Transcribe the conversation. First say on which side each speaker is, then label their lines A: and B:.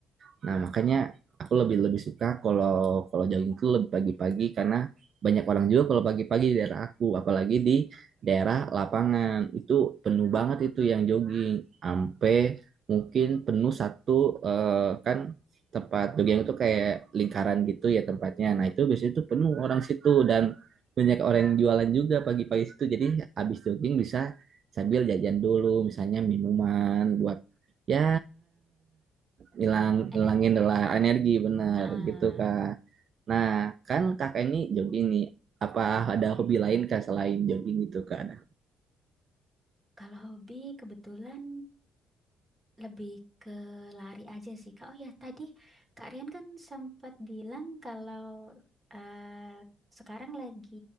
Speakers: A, on the right; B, on the right.
A: Nah, makanya aku lebih lebih suka kalau kalau jogging itu lebih pagi-pagi karena banyak orang juga kalau pagi-pagi di daerah aku, apalagi di daerah lapangan. Itu penuh banget itu yang jogging. Sampai mungkin penuh satu eh, kan tempat jogging itu kayak lingkaran gitu ya tempatnya. Nah, itu biasanya itu penuh orang situ dan banyak orang yang jualan juga pagi-pagi situ. Jadi habis jogging bisa sambil jajan dulu misalnya minuman buat ya hilang
B: Energinya.
A: hilangin lelah energi benar
B: Ah,
A: gitu kak nah kan kakak ini jogging nih apa ada hobi lain kak selain jogging gitu kak ada
B: kalau hobi kebetulan lebih ke lari aja sih Kak. Oh ya, tadi Kak Rian kan sempat bilang kalau eh, sekarang lagi